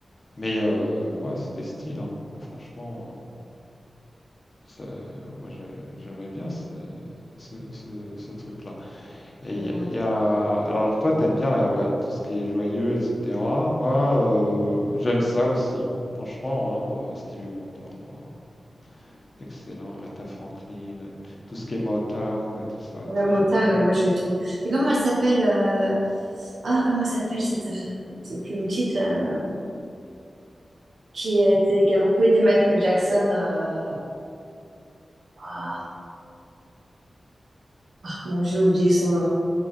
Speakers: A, on the left (about 35°); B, on the right (about 70°).
A: Mais euh, voilà, c'était style, hein. Franchement, C'est- Moi, j'ai- j'aimais bien ce, ce, ce, ce truc-là. Et
B: <laughs>
A: il y, a... il y a- Alors, toi, t'aimes bien la... ouais, tout ce qui est joyeux, etc. Moi, euh, j'aime ça aussi. Franchement, hein, euh, Stevie Wonder, alors, excellent. Aretha Franklin, euh, tout ce qui est Motown, euh, tout ça,
B: Ouais,
A: c'est
B: Motin,
A: génial.
B: mais moi je suis trop. Et comment elle s'appelle euh, Ah, comment elle s'appelle cette, cette plume petite euh, qui a été- qui a beaucoup aidé Michael Jackson euh, Ah, bon, j'ai oublié son nom.